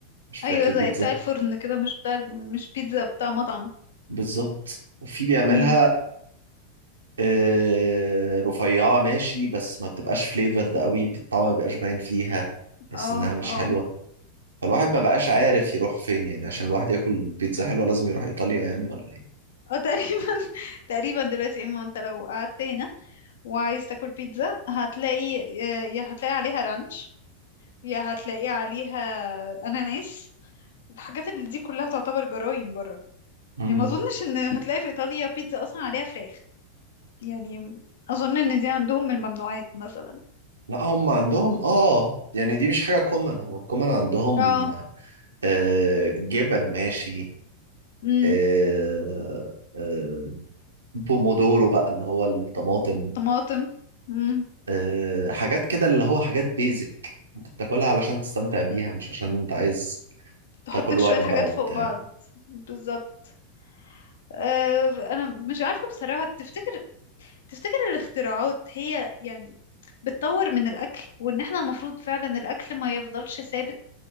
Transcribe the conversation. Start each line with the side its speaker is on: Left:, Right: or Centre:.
Right: مش
Left: ايوه
Right: بتاكلي
Left: زي
Right: بيتزا
Left: بتاع الفرن كده مش بتاع مش بيتزا بتاع مطعم
Right: بالظبط وفي بيعملها
Left: امم
Right: آه، رفيعة ماشي بس ما بتبقاش فليفرد قوي الطعم ما بيبقاش باين فيها تحس
Left: اه
Right: انها مش
Left: اه
Right: حلوة فالواحد ما بقاش عارف يروح فين يعني عشان الواحد ياكل بيتزا حلوة لازم يروح ايطاليا يعني ولا ايه
Left: اه تقريبا <laughs> تقريبا دلوقتي اما انت لو قعدت هنا وعايز تاكل بيتزا هتلاقي يا يا هتلاقي عليها رانش يا هتلاقي عليها اناناس الحاجات اللي دي كلها تعتبر جرايم بره
Right: مم.
Left: يعني ما اظنش ان هتلاقي في ايطاليا بيتزا اصلا عليها فراخ يعني اظن ان دي عندهم من الممنوعات مثلا
Right: لا هم عندهم اه يعني دي مش حاجة كومن هو الكومن عندهم
Left: اه
Right: آه جبن ماشي
Left: امم
Right: آه آه بومودورو بقى اللي هو الطماطم
Left: طماطم مم.
Right: آه حاجات كده اللي هو حاجات بيزك انت بتاكلها علشان تستمتع بيها مش عشان انت عايز
Left: تحطك
Right: تاكل وجبة
Left: شوية حاجات
Right: وبتاع
Left: فوق بعض بالظبط أه أنا مش عارفة بصراحة تفتكر تفتكر الاختراعات هي يعني بتطور من الأكل وإن احنا المفروض فعلا الأكل ما يفضلش ثابت